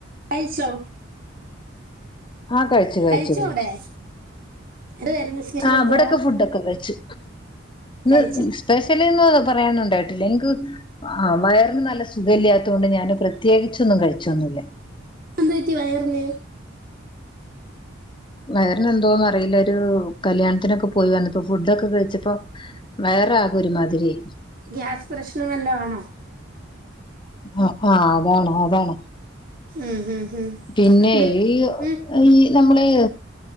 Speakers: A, on the right; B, on the left.
A: കഴിച്ചോ
B: ആ കഴിച്ചു കഴിച്ചു
A: കഴിച്ചോ
B: കഴിച്ചു
A: അവിടെ എന്തായിരുന്നു സ്പെഷ്യൽ
B: ആ
A: എന്തുവാ
B: വടക്ക് ഫുഡ് ഒക്കെ കഴിച്ചു ഉ
A: കഴിച്ചില്ലേ
B: ഇ സ്പെഷ്യലിന്ന പറയന്നണ്ടായിട്ടില്ല എനിക്ക് ആ വയർ നല്ല സുഖ ഇല്ലാത്തുകൊണ്ട് ഞാന് പ്രത്യേ ത്യേകിച്ചൊന്നും കഴിച്ചോന്നുല്ല
A: എന്തുപറ്റി വയറ്ന്
B: വയറ്ന് എന്തോ ആ അയില്ലൊരു കല്യാണത്തിനൊക്ക പോയി വന്നപ്പോ ഫുഡൊക്കെ കഴിച്ചപ്പോ വയറാകെ ഒരുമാതിരി
A: ഗ്യാസ് പ്രശ്നം വല്ലതും ആണോ
B: ആ ആഹ് അതാണ് അതാണ്
A: ഉം ഉം ഉം
B: പിന്നെ
A: വെ-
B: ഈയൊ
A: ഉം
B: ഈ നമ്മള്